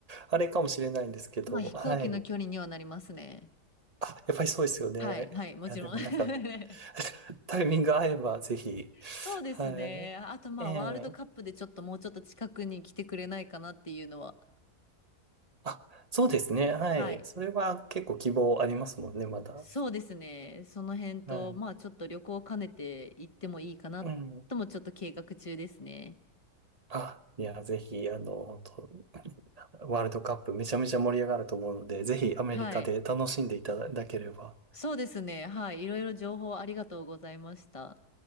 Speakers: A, on the right (about 30°); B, on the left (about 25°).
A: あれかもしれないんですけど、
B: まあ飛行機の距離にはなりますね。
A: はい。あ、やっぱりそうですよね。
B: はい、はい、もちろん。
A: いや、でもなんか、
B: <laughs>
A: <laughs> タイミング合えばぜひ。
B: そうですね。
A: はい。
B: あとまあワールドカップでちょっともうちょっと近くに来てくれないかなっていうのは。
A: ええあ、そうですね。はい。
B: はい。
A: それは結構希望ありますもんね、まだ。
B: そうですね。その辺と、
A: はい。
B: まあちょっと旅行を兼ねて行ってもいいかなともちょっと計画中ですね。
A: うん。あ、いや、ぜひ、あの、本当ワールドカップめちゃめちゃ盛り上がると思うので、ぜひアメリカで楽しんでいただければ。
B: はい。そうですね。はい。いろいろ情報ありがとうございました。